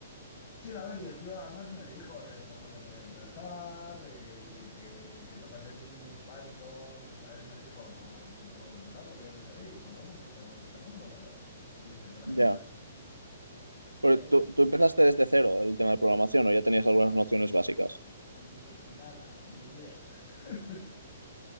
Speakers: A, on the left; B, on the right.
A: Sí, a ver, y el tío además me dijo eh, por dónde podía empezar, eh, que, que tocase Linux, Python, o sea, él me dijo por, por dónde empezar, porque yo le dije, oye, ¿y por dónde empiezo en este mundo? Claro. Y me dice, por aquí,
B: Ya.
A: por aquí. Y,
B: Pero
A: y ahí empezó.
B: tú, tú empezaste desde cero el tema de programación, o ya tenías algunas nociones básicas.
A: Ni, nada, ni idea. <laughs>